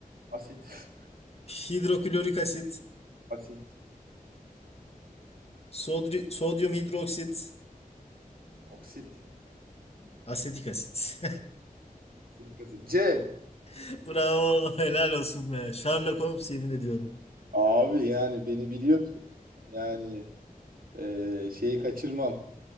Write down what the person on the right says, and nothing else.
Asit.
<laughs> Asit.
Oksit.
Dikkat edin. C.
Abi yani beni biliyorsun yani eee, şeyi kaçırmam.